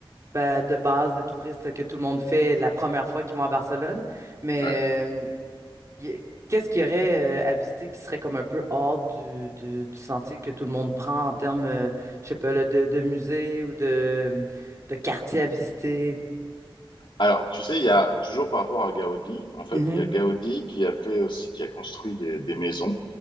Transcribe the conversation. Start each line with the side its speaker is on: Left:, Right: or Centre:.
Right: ben, de base de touristes que tout le monde fait la première fois qu'ils vont à Barcelone. Mais
Left: Ouais.
Right: euh, il y a- qu'est-ce qu'il y aurait euh, à visiter qui serait comme un peu hors du, du, du sentier que tout le monde prend en termes, euh, je sais pas, là, de, de musée ou de, de quartier à visiter?
Left: Alors, tu sais, il y a toujours par rapport à Gaudi, en fait,
Right: Mm-hmm.
Left: il y a Gaudi qui a fait aussi, qui a construit des, des maisons